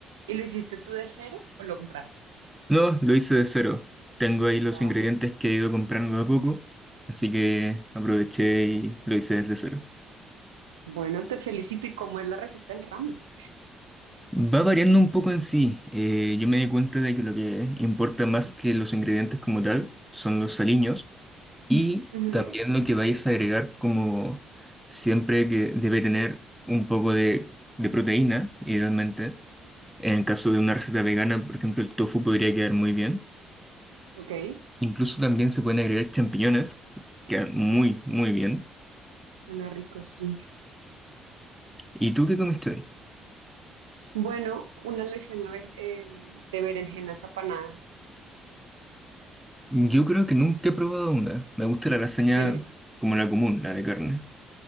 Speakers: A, on the right; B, in the centre.
A: ¿Y lo hiciste tú de cero o lo compraste?
B: No, lo hice de cero. Tengo ahí los
A: Wow.
B: ingredientes que he ido comprando de a poco, así que aproveché y lo hice desde cero.
A: Bueno, te felicito. ¿Y cómo es la receta del ramen?
B: Va variando un poco en sí. Eh, yo me di cuenta de que lo que importa más que los ingredientes como tal son los aliños. Y
A: Ujú,
B: también lo que vais a agregar como siempre que debe tener un poco de, de proteína, idealmente. En el caso de una receta vegana, por ejemplo, el tofu podría quedar muy bien.
A: Ok.
B: Incluso también se pueden agregar champiñones, quedan muy, muy bien.
A: Suena rico, sí.
B: ¿Y tú qué comiste hoy?
A: Bueno, una lasaña ve- eh, de berenjenas apanadas.
B: Yo creo que nunca he probado una. Me gusta la lasaña
A: <laughs>
B: como la común, la de carne.